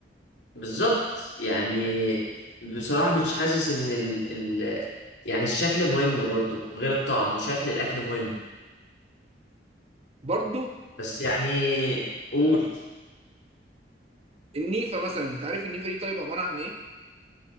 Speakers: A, on the left; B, on the right.
A: بالظبط يعني بصراحة مش حاسس إن ال... ال... يعني الشكل مهم برضو غير الطعم شكل الأكل مهم
B: برضو
A: بس يعني قول
B: النيفا مثلا انت عارف النيفا دي طيب عباره عن ايه